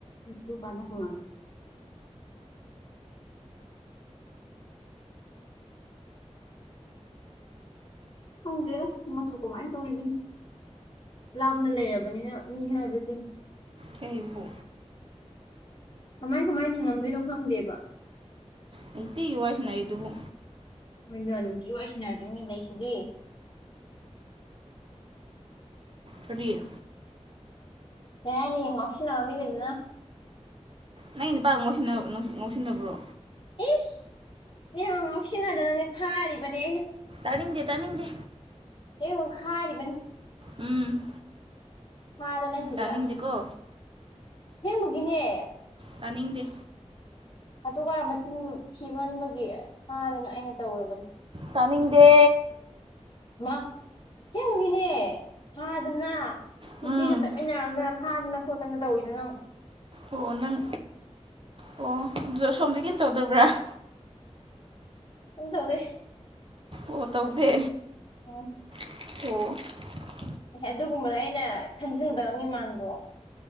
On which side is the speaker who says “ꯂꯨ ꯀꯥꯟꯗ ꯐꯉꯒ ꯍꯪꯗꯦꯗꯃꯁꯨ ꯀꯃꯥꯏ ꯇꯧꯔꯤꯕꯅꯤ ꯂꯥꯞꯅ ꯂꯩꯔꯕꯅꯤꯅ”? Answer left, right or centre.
Left